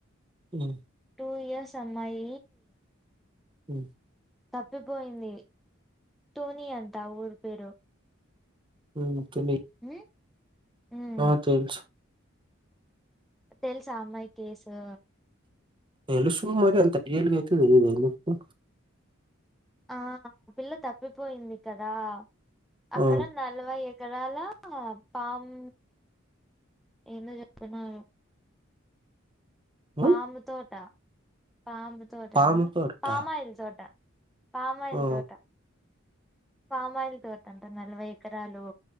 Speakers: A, on the right; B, in the centre.
A: మ్
B: టూ ఇయర్స్ అమ్మాయి
A: మ్
B: తప్పిపోయింది తుని అంట ఆ ఊరి పేరు
A: మ్ తుని
B: ఉమ్ ఉమ్
A: ఆ తెలుసు
B: తెలుసా ఆ అమ్మాయి కేసు
A: తెలుసు మరి అంత డియల్ గా అయితే తెలీదు ఎందుకు
B: ఆ ఆ పిల్ల తప్పిపోయింది కదా అక్కడ
A: ఆ!
B: నలభైఐ ఎకరాల పామ్ ఏందో చెప్తున్నారు
A: హ్మ్.
B: పాము తోట పాము తోటనా
A: పాము తోటా?
B: పామయిల్ తోట పామయిల్
A: ఆ!
B: తోట పామాయిల్ తోటంటా నలభై ఎకరాలు